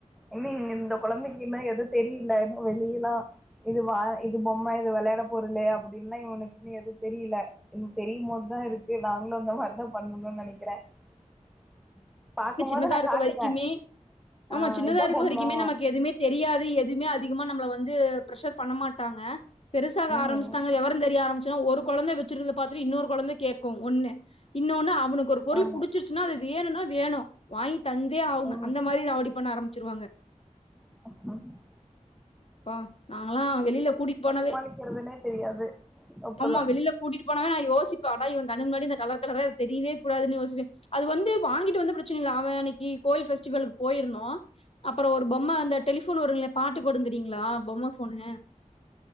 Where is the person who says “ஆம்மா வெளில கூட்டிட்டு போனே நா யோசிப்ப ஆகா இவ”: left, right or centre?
Left